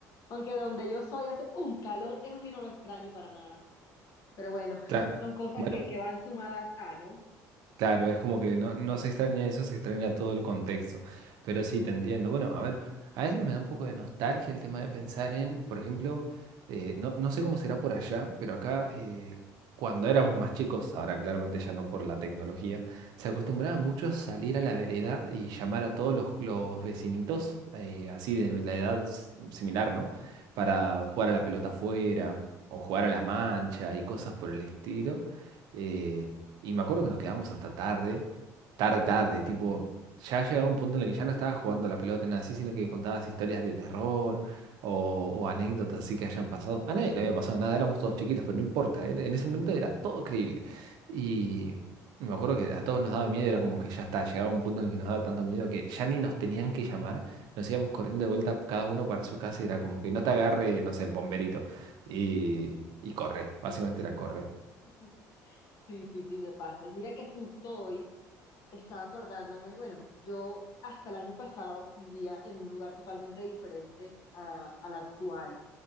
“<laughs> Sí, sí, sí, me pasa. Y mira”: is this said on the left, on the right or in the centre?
Left